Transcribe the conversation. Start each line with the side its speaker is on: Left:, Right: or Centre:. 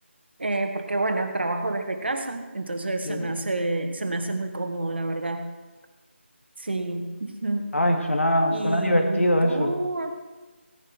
Right: Eh, porque bueno, trabajo desde casa, entonces
Left: Sí.
Right: se me hace, se me hace muy cómodo, la verdad. Sí. Ujú.
Left: Ay, suena,
Right: Y
Left: suena divertido
Right: tú,
Left: eso.